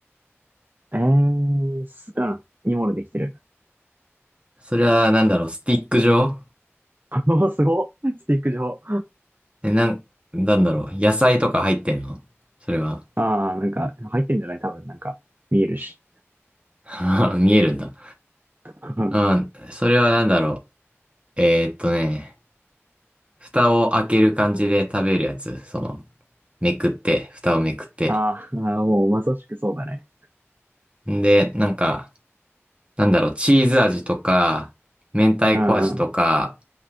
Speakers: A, on the right; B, on the right.
A: えー、す、うん。煮物できてる。
B: それは、なんだろう、スティック状
A: <laughs> おー、すごっ。スティック状。
B: え、なん、なんだろう、野菜とか入ってんのそれは。
A: ああなんか、入ってんじゃない多分、なんか、見えるし。
B: <laughs> あー見えるんだ。
A: <laughs>
B: うん。それはなんだろう。えーっとね、蓋を開ける感じで食べるやつ。その、めくって、蓋をめくって。
A: あーあー、もうまさしくそうだね。
B: んで、なんか、なんだろう、チーズ味とか、明太子味とか、
A: うんうん。